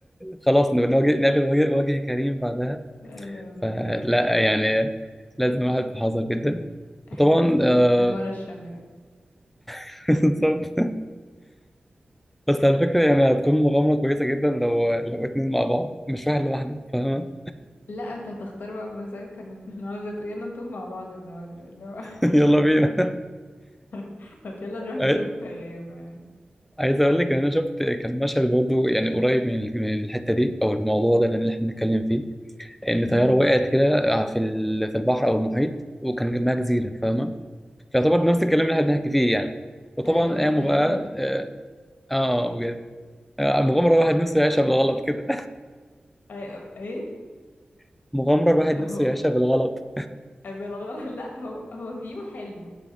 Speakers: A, in the centre; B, on the left.
A: خلاص نواجه نقابل وجه, وجه كريم بعدها
B: ايوه بالظبط
A: فلا يعني لازم الواحد بحذر جدا
B: احنا
A: وطبعا
B: نستكشف
A: آه
B: من ورا الشجره
A: <laughs> بالظبط بس على فكرة يعني هتكون مغامرة كويسة جدا لو لو اتنين مع بعض مش واحد لوحده فاهمة
B: لا انت هتختار بقى بمزاجك انا أنا عاوزه تقول <laughs> يلا نتوه مع بعض النهارده اللي هو
A: <laughs> يلا بينا
B: <laughs> هات يلا نروح
A: <laughs>
B: نتوه
A: عاي-
B: في غابه
A: عايز أقول لك إن أنا شفت كان مشهد برضه يعني قريب من ال- من الحتة دي أو الموضوع ده اللي إحنا بنتكلم فيه إن
B: يعني
A: طيارة وقعت كده في ال- في البحر أو المحيط وكان جنبها جزيرة فاهمة فيعتبر نفس الكلام اللي إحنا بنحكي فيه يعني وطبعا
B: ايوه
A: قاموا
B: بس ده
A: بقى
B: حلو يعني
A: آه آه، بجد آه، مغامرة الواحد نفسه يعيشها بالغلط كده
B: ايوه ايه
A: <laughs> مغامرة الواحد نفسه
B: هو
A: يعيشها بالغلط
B: بالغلط <laughs> لا هو هو فيو حلو